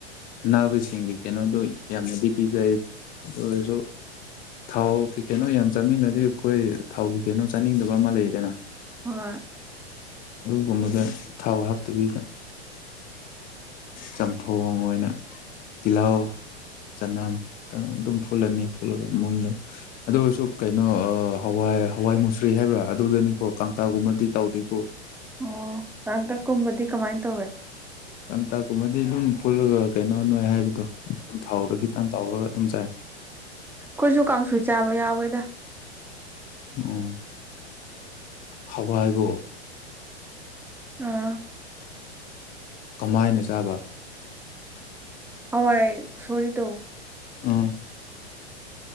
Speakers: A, on the left; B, in the centre.
A: ꯑꯅꯥꯕꯁꯤꯡꯒꯤ ꯀꯩꯅꯣꯗꯨꯣ ꯌꯥꯝꯅꯗꯤ ꯄꯤꯖꯩ ꯑꯗꯨ ꯑꯣꯏꯔꯁꯨ ꯊꯥꯎ ꯀꯩꯅꯣ ꯌꯥꯝ ꯆꯥꯃꯤꯟꯅꯗꯤ ꯑꯩꯈꯣꯏ ꯊꯥꯎꯒꯤ ꯀꯩꯅꯣ ꯆꯥꯅꯤꯡꯗꯕ ꯑꯃ ꯂꯩꯗꯅ
B: ꯍꯣꯏ
A: ꯒꯨꯝꯕꯗ ꯎ ꯊꯥꯎ ꯍꯥꯞꯇꯕꯤꯗ ꯆꯝꯊꯣꯡ ꯑꯣꯏꯅ ꯇꯤꯂꯑꯣ ꯆꯅꯝ ꯑꯗꯨꯝ ꯐꯨꯜꯂꯅꯤ ꯐꯨꯜꯂꯒ ꯃꯨꯜꯂ ꯑꯗꯨꯒꯁꯨ ꯀꯩꯅꯣ ꯍꯋꯥꯏ ꯍꯋꯥꯏ ꯃꯨꯁ꯭ꯔꯤ ꯍꯥꯏꯕ꯭ꯔꯥ ꯑꯗꯨꯗꯅꯤꯀꯣ ꯀꯥꯡꯇꯥꯥꯒꯨꯝꯕꯗꯤ ꯇꯧꯗꯦꯀꯣ
B: ꯑꯣ ꯇꯥꯡꯇꯛꯀꯨꯝꯕꯗꯤ ꯀꯃꯥꯏꯅ ꯇꯧꯋꯦ
A: ꯀꯇꯀꯨꯝꯃꯗꯤ ꯑꯗꯨꯝ ꯄꯨꯜꯂꯒ ꯀꯩꯅꯣ ꯅꯣꯏ ꯍꯥꯏꯕꯗꯣ ꯑꯗꯨꯝ ꯊꯥꯎꯗ ꯈꯤꯇꯪ ꯇꯥꯎꯔꯒ ꯊꯝꯁꯥꯏꯦ
B: ꯀꯣꯏꯁꯨ ꯀꯥꯡꯁꯨꯣꯏ ꯆꯥꯕ ꯌꯥꯎꯋꯦꯗ
A: ꯎꯝ ꯍꯋꯥꯏꯒꯣ
B: ꯑꯥ
A: ꯀꯃꯥꯏꯅ ꯆꯥꯕ
B: ꯑꯋꯥꯏ ꯁꯔꯤ ꯇꯣ
A: ꯑ